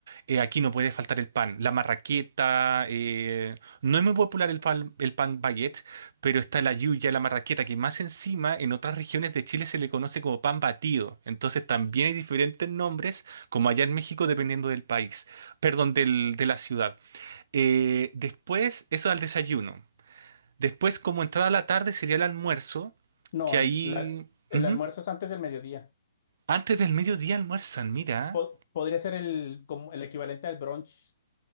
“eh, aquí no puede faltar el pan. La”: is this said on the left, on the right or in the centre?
Right